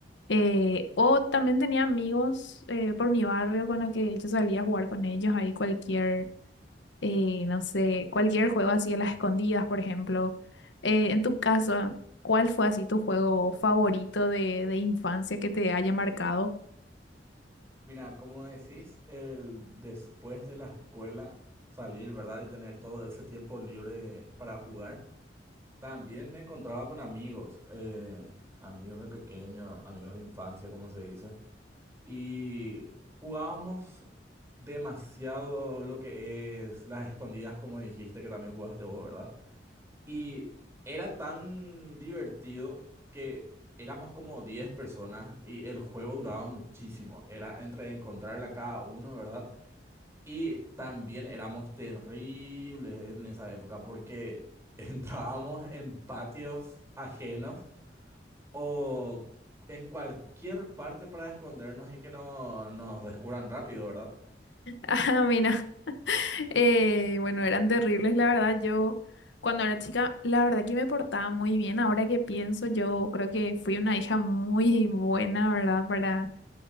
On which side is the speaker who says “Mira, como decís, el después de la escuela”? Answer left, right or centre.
Right